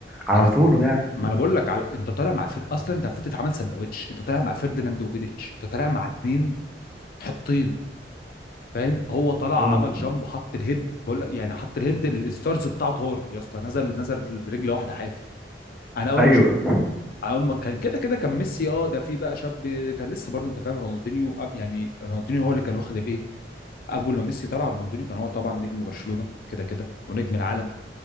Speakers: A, in the centre; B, on the left (about 55°).
A: على
B: على
A: طوله
B: ف...
A: يعني
B: ما انا بقول لك على انت طالع مع فر... اصلا انت المفروض تتعامل سندوتش انت طالع مع فيرديناند وفيديتش انت طالع مع اتنين حطين فاهم هو طلع
A: اه
B: عمل جامب حط الهيد بقول لك يعني حط الهيد ال- الستارز بتاعه طار يا اسطى نزل نزل برجل واحده حافي انا اول
A: ايوه
B: ما أول ما كان كده كده كان ميسي اه ده في بقى شاب كان لسه برضه انت فاهم رونالدينيو أب يعني رونالدينيو هو اللي كان واخد الايه اول ما ميسي طلع رونالدينيو كان هو طبعا نجم برشلونة كده كده ونجم العالم